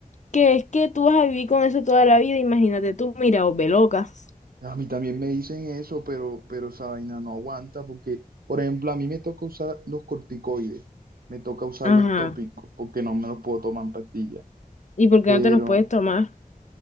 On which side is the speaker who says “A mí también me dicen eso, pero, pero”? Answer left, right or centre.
Right